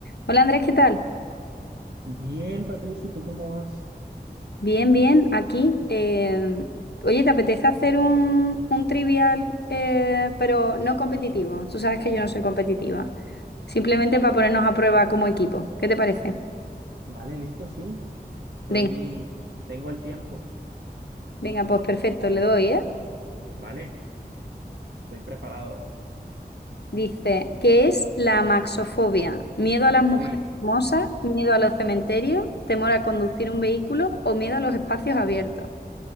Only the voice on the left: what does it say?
Hola Andrés, ¿qué tal?
Bien, bien, aquí. eh, oye, ¿te apetece hacer un, un trivial, eh, pero no competitivo? Tú sabes que yo no soy competitiva. Simplemente para ponernos a prueba como equipo. ¿Qué te parece?
Venga,
venga, pues perfecto, le doy, ¿eh?
Dice, ¿qué es la amaxofobia? ¿Miedo a las mujeres
hermosas? ¿Miedo a los cementerios? ¿Temor a conducir un vehículo? ¿O miedo a los espacios abiertos?